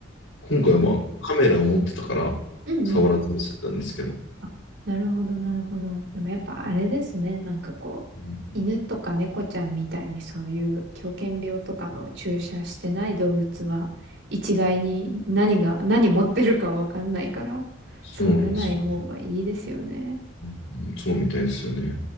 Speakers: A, on the left; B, on the right.
A: 今回はまあカメラを持ってたから触らずに済んだんですけど、
B: えー、うんうん。あ、なるほど、なるほど。でもやっぱあれですね、なんかこう、
A: うん
B: 犬とか猫ちゃんみたいにそういう狂犬病とかの注射してない動物は、一概に何が、何持ってるかわかんないから、
A: そうなんですよね。
B: 触らない方がいいですよね。
A: うんそうみたいですよね。